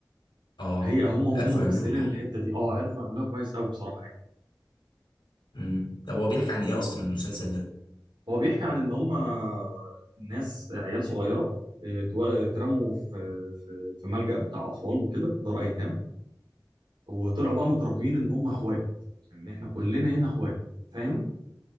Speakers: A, on the left; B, on the right.
A: اه
B: هي هم هم
A: عرفوا
B: ممثلين
A: يعملوها يعني
B: الحته دي اه عرفوا يعملوها كويس قوي بصراحه يعني.
A: امم طب هو بيحكي عن ايه اصلا المسلسل ده
B: هو بيحكي عن ان هم ناس عيال صغيره آه، تو- اترموا في في في ملجأ بتاع اطفال وكده دار ايتام وطلعوا بقى متربيين ان هم اخوات ان احنا كلنا هنا اخوات فاهم